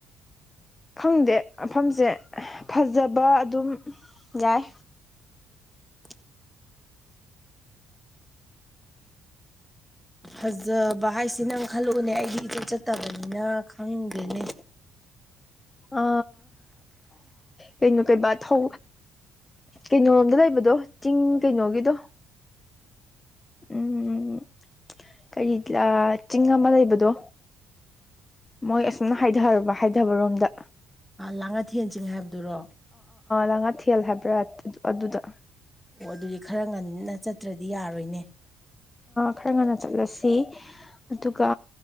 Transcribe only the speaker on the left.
ꯈꯪꯗꯦ ꯃꯐꯝꯁꯦ ꯐꯖꯕ ꯑꯗꯨꯝ ꯌꯥꯏ
ꯑ ꯀꯩꯅꯣ ꯀꯕꯥ ꯊ ꯀꯩꯅꯣꯣꯝꯗ ꯂꯩꯕꯗꯣ ꯆꯤꯡ ꯀꯩꯅꯣꯒꯤꯗꯣ ꯎꯝ ꯎꯝ ꯀꯔꯤ ꯆꯤꯡ ꯑꯃ ꯂꯩꯕꯗꯣ ꯃꯣꯏ ꯑꯁꯨꯝꯅ ꯍꯥꯏꯊꯨꯔꯕ ꯍꯥꯏꯊꯕꯔꯣꯝꯗ
ꯂꯉꯥꯊꯦꯜ ꯍꯥꯏꯕ꯭ꯔꯥ ꯑꯗꯨꯗ
ꯈꯔ ꯉꯟꯅ ꯆꯠꯂꯁꯤ ꯑꯗꯨꯒ